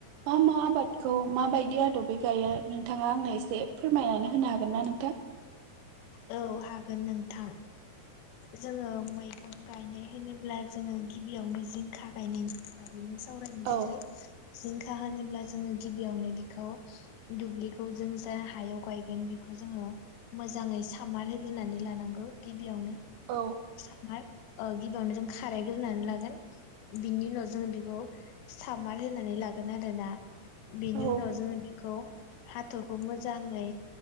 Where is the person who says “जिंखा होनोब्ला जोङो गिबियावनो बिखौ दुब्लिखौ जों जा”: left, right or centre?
Left